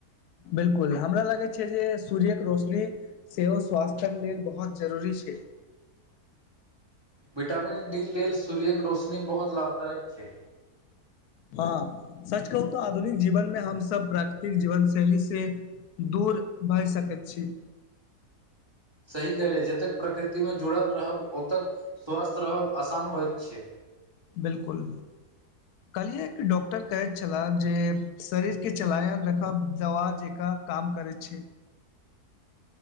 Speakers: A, on the left; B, on the right.
A: बिल्कूल हमरा लागै छै जे सूर्यके रोशनी सेहो स्वास्थ्यक लेलऽ बहुत जरूरी छै
B: विटामिन डी लेलऽ सूर्यके रोशनी बहुत लाभदायक छै।
A: हँ सच कहू तऽ आधुनिक जीवन मे हमस प्राकृतिक जीवन शैली से दूर भए सकैत छै
B: सही कलै जतेक प्रकृतिमे जुड़ल रहब ओते कऽ स्वस्थ रहब आसान होइत छै
A: बिल्कूल कहलियै एक डॉक्टर कहैत छलाह जे शरीरके चलायन राखब दवा जेका काम करै छै